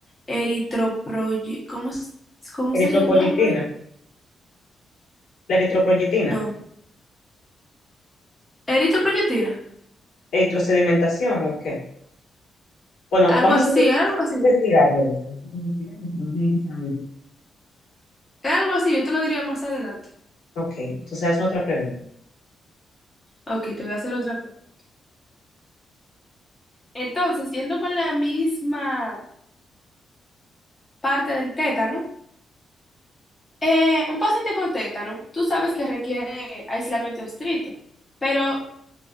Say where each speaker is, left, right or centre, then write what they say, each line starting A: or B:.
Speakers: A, on the left (about 15°); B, on the left (about 80°).
A: eritroproye... ¿Cómo, es- cómo sería
B: Eritropoyetina,
A: el nombre?
B: la eritropoyetina,
A: No. Eritroproyectina.
B: eritrosedimentación, ok. Bueno,
A: Algo
B: vamos
A: así,
B: a inves-
A: era algo así.
B: investigarlo eso. Hay que investigarlo. Uno tiene que saber eso.
A: Era algo así, yo te lo diría más adelante.
B: Ok, entonces hazme otra pregunta.
A: Ok, te voy a hacer otra pregunta. Entonces, yendo con la misma parte del tétano, eh, un paciente con tétano, tú sabes que requiere aislamiento estricto, pero